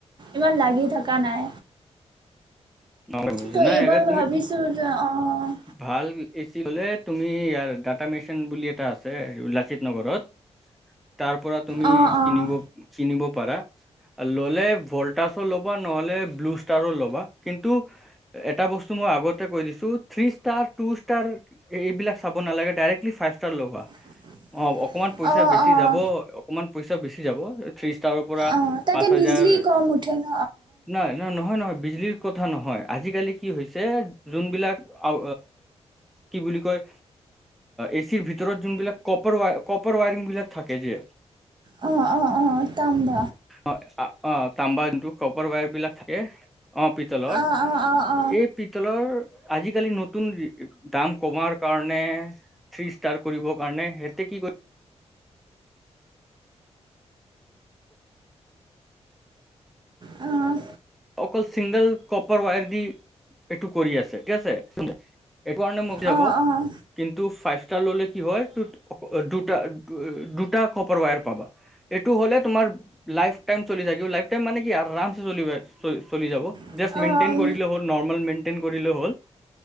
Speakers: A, on the right (about 40°); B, in the centre.
A: ইমান লাগি থকা নাই।
B: নগাঁওত কিনি
A: তো
B: ছা নাই
A: এইবাৰ
B: একে তুমি
A: ভাবিছোঁ যে অঁ
B: ভাল এ চি ল'লে। তুমি ইয়াৰ ডাটা মেচিন বুলি এটা আছে লাচিত নগৰত। তাৰ পৰা তুমি
A: অঁ অঁ
B: কিনিব কিনিব পাৰা। ল'লে ভল্টাছ ল'ব বা নহ'লে ব্লু ষ্টাৰো ল'বা। টো এটা বস্তু মই আগতে কৈ দিছো থ্ৰী ষ্টাৰ, টুষ্টাৰ এইবিলাক চাব নালাগে। ডাইৰেক্ট লি ফাইভ ষ্টাৰ লবা।
A: <unintelligible>
B: অ' অকমান পইচা
A: অঁ
B: বেছি
A: অঁ
B: যাব, অকমান পইচা বেছি যাব। থ্ৰী ষ্টাৰৰ পৰা
A: অঁ তাতে
B: পাঁচ হাজাৰ
A: বিজলী কম উঠে ন
B: নহয়, নহয়, নহয়, নহয়। বিজুলীৰ কথা নহয় আজিকালি কি হৈছে যোনবিলাক। অ' কি বুলি কয়। এচিৰ ভিতৰত যোনবিলাক কপাৰৱ কপাৰ ৱায়াৰিং বিলাক থাকে যে।
A: অ' অ' অ' তাম ন।
B: অ অ' তাম্বা যোনটো কপাৰ ৱায়াৰ বিলাক থাকে অ' পিতলৰ
A: অঁ অঁ অঁ অঁ
B: এই পিতলৰ। আজিকালি নতুন দাম কমাৰ কাৰণ থ্ৰী ষ্টাৰ কৰিব কাৰণে। এতে কি কৰি।
A: অ'
B: অকল চিংগল কপাৰ ৱায়াৰ দি এইটো কৰি আছে ঠিক আছে। এইটো কাৰণে মোক
A: অঁ
B: যাব। কিন্তু ফাইভ ষ্টাৰ ল'লে কি হয় দুটা দুটা কপাৰ ৱায়াৰ পাবা। এইটো হ'লে তোমাৰ লাইফ টাইম চলি থাকিব লাই টাই মানে কি ৰাফ চলিব। চল চলি যাব,
A: অঁ
B: জাষ্ট মেইনটেইন কৰিলে হ'ল নৰ্মেল মেইনটেইন কৰিলে হ'ল।